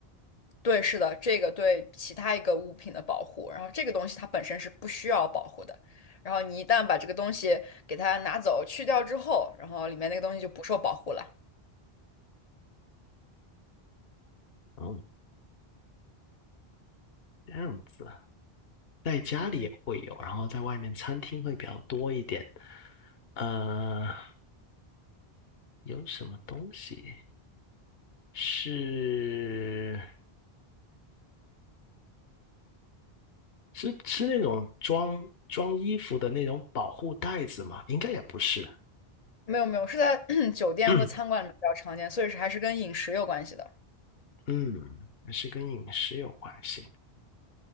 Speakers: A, on the left (about 40°); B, on the left (about 70°).
A: 对，是的，这个对其他一个物品的保护，然后这个东西它本身是不需要保护的。然后你一旦把这个东西给它拿走、去掉之后，然后里面那个东西就不受保护了。
B: 哦，这样子啊。在家里也会有，
A: 嗯，
B: 然后在外面餐厅会比较多一点。呃，有什么东西是是是那种装装衣服的那种保护袋子吗？应该也不是。
A: 没有没有，是在 <clears throat> 酒店和餐馆里面比较常见，
B: <clears throat>
A: 所以是还是跟饮食有关系的。
B: 嗯，是跟饮食有关系。